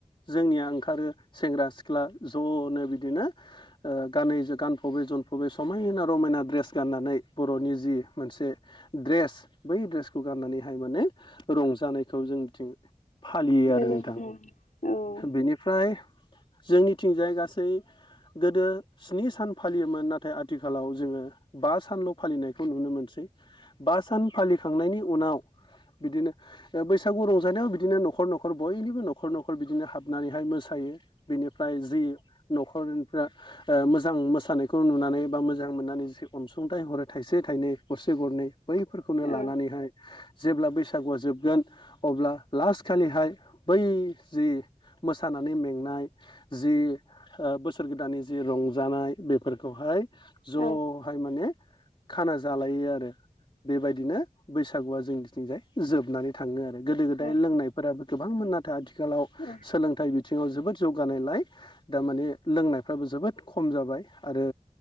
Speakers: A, on the left (about 35°); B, on the left (about 65°).
A: जोंनिया ओंखारो सेंग्रा सिख्ला ज'नो बिदिनो गानै गानफबै जोम जोमफबै समायना रमायना ड्रेस गाननानै बर'नि जि मोनसे ड्रेस बै ड्रेसखौ गाननानैहाय माने रंजानायखौ जों जोंनिथिं फालियो
B: नोंना
A: आरो नोंथां
B: उम औ
A: बेनिफ्राय जोंनिथिंजाय गासै गोदो स्नि सान फालियोमोन नाथाय आथिखालाव जोङो बा सानल' फालिनायखौ नुनो मोनसै बा सान फालिखांनायनि उनाव बिदिनो बैसागु रंजानायाव बिदिनो न'खर न'खर बयनिबो न'खर न'खर बिदिनो हाबनानैहाय मोसायो बिनिफ्राय जि न'खर मोजां मोसानायखौ नुनानै बा मोजां मोननानै जे अनसुंथाइ हरो थाइसे थाइनै गरसे गरनै बैफोरखौनो
B: अ
A: लानानैहाय
B: ओ
A: जेब्ला बैसागुआ जोबगोन अब्ला लास्ट खालिहाय बै जि मोसानानै मेंनाय जि बोसोर गोदाननि जि रंजानाय बेफोरखौहाय ज'हाय
B: ओ
A: माने खाना जालायो आरो बेबायदिनो बैसागुआ जोंनिथिंजाय जोबनानै थाङो आरो गोदो गोदाय
B: ओ
A: लोंनायफोराबो गोबांमोन नाथाय आथिखालाव
B: ओ
A: सोलोंथाइ बि थिङाव जोबोद जौगानायलाय दामाने लोंनायफ्राबो जोबोद खम जाबाय आरो